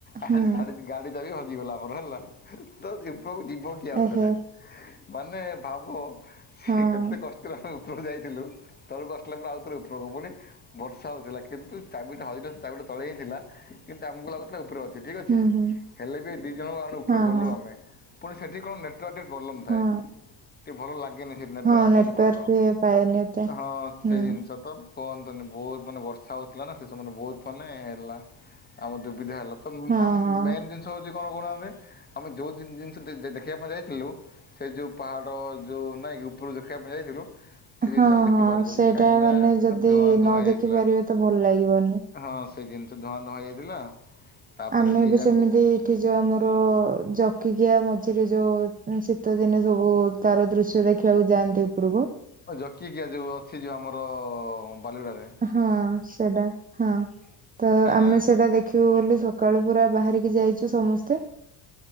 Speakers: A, on the left; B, on the right.
A: ଆସିକି
B: ହୁଁ
A: ଗାଡ଼ି ଗାଡିଚାବି ହଜିଗଲା ଆମର ହେଲା ତ ଦିପକୁ ଯିବ କିଏ ଆଉ
B: ଏହେ
A: ଥରେ। ମାନେ ଭାବ ସେ
B: ହଁ।
A: କେତେ କଷ୍ଟ। ଉପରକୁ ଯାଇଥିଲୁ ତଳକୁ ଆସିଲା ପରେ ଆଉଥରେ ଉପରକୁ ପୁଣି। ବର୍ଷା ହଉଥିଲା କିନ୍ତୁ ଚାବିଟା ହଜି ଚାବିଟା ତଳେ ହିଁ ଥିଲା। କିନ୍ତୁ ଆମକୁ ଲାଗୁଥିଲା ଉପରେ ଅଛି ଠିକ୍ ଅଛି
B: ହୁଁ ହୁଁ
A: ହେଲେ ବି ଦି ଜଣ ଆମେ ଉପରେ
B: ହଁ
A: ଗଲୁ
B: ହଁ
A: ଆମେ। ପୁଣି ସେଠି କଣ ନେଟୱାର୍କ ଟିକେ ପ୍ରୋବ୍ଲେମ୍ ଥାଏ।
B: ହଁ
A: ଟିକେ ଭଲ ଲାଗେନି ସେ ନେଟୱାର୍କ
B: ହଁ
A: ଆସେନି
B: ନେଟୱାର୍କ
A: ଭଲ
B: ଇଏ ପାଏନି ଏତେ
A: ହଁ
B: ହୁଁ
A: ସେଇ ଜିନିଷ ତ। କୁହନ୍ତୁନି ବହୁତ ମାନେ ବର୍ଷା ହଉଥିଲା ନା ସେ ସମ ବହୁତ ମାନେ ହେଲା ଆମ ଦୁବିଧା ହେଲା ତ
B: ହଁ ହଁ
A: ମେନ୍ ଜିନିଷ ହଉଛି କଣ କହୁନାହାନ୍ତି ଆମେ ଯୋଉ ଜ ଦେଖିବା ପାଇଁ ଯାଇଥିଲୁ ସେ ଯେଉଁ ପାହାଡ଼ ଯେଉଁ ନାହିଁକ ଉପରକୁ ଦେଖିବା ପାଇଁ ଯାଇଥିଲୁ। ସେ ଜିନିଷ
B: ହଁ
A: ଆମେ ଦେଖି
B: ହଁ
A: ପାରିଲୁନି
B: ସେଇଟା
A: କାହିଁକି ନା
B: ମାନେ ଯଦି
A: ଧୂଆଁଧୂଆଁ
B: ନ
A: ହେଇଯାଇଥିଲା।
B: ଦେଖି ପାରିବେ ତ ଭଲ ଲାଗିବନି।
A: ହଁ ସେ ଜିନିଷ ଧୁଆଁ ଧୁଆ ହେଇଯାଇଥିଲା। ତାପରେ
B: ଆମେ
A: ଯିଏ
B: ବି
A: ଯାହାକୁ
B: ସେମିତି ଏଠି ଯୋଉ ଆମର ଜକିକିଆ ମଝିରେ ଯୋଉ ଶୀତଦିନେ ସବୁ ତାର ଦୃଶ୍ୟ ଦେଖିବାକୁ ଯାଆନ୍ତି ଉପରକୁ।
A: ଜକିକିଆ ଯୋଉ ଅଛି ଯୋଉ ଆମର ବାଲିଗୁଡାରେ।
B: ହଁ ସେଟା ହଁ ତ
A: ସେଇଆ
B: ଆମେ
A: ନା
B: ସେଟା ଦେଖ ବୋଲି ସକାଳୁ ପୁରା ବାହାରିକି ଯାଇଛୁ ସମସ୍ତେ।